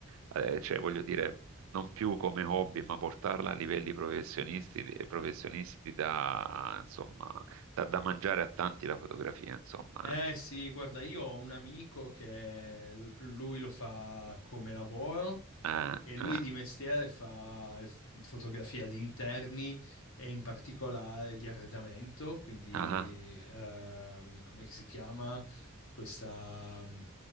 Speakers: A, on the right (about 65°); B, on the left (about 65°).
A: eh, cioè voglio dire, non più come hobby, ma portarla a livelli professionisti, professionisti ti dà, insomma, dà da mangiare a tanti la fotografia, insomma.
B: Eh
A: eh.
B: sì, guarda, io ho un amico che l- lui lo fa come lavoro
A: Eh,
B: e lui
A: eh.
B: di mestiere fa il f- fotografia di interni e in particolare di arredamento, quindi
A: Ah, ah,
B: ehm, come che si chiama questa... mm,